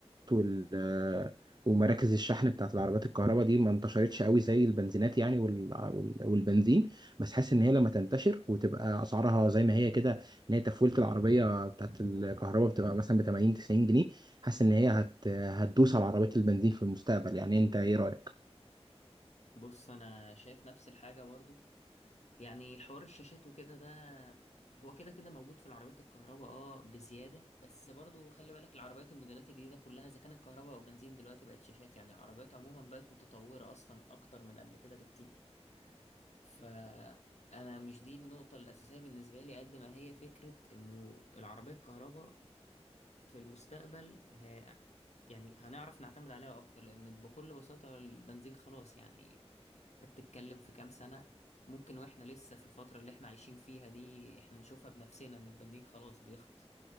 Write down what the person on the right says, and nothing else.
وال ومراكز الشحن بتاعت العربيات الكهرباء دي ما انتشرتش قوي زي البنزينات يعني وال... وال- والبنزين بس حاسس ان هي لما تنتشر وتبقى اسعارها زي ما هي كده ان هي تفولة العربيه بتاعت الكهرباء بتبقى مثلا ب 80 90 جنيه حاسس ان هي هت... هتدوس على عربيات البنزين في المستقبل يعني انت ايه رايك؟